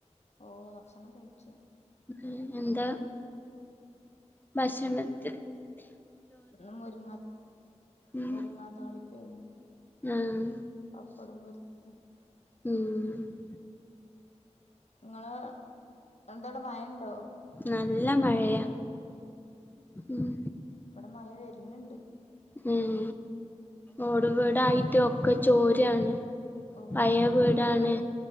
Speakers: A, on the left; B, on the left.
A: ഓഹ് ഭക്ഷണം കഴിച്ചു
B: ഉം എന്താ ഭക്ഷണത്തിന്
A: ഇന്ന് മുരിങ്ങാ
B: ഉം
A: മുരിങ്ങാ താളിപ്പേന്നു.
B: ആഹ്
A: പപ്പടം പൊര്ച്ചതും
B: ഉം
A: ഇങ്ങളെ എന്തോടെ മഴണ്ടോ?
B: നല്ല മഴയാ ഉം
A: വടെ മഴ വര്ന്ന്ണ്ട്.
B: ഉം ഓട് വീടായിട്ട് ഒക്കെ ചോരാണ്.
A: ഓ
B: പയേ വീടാണ്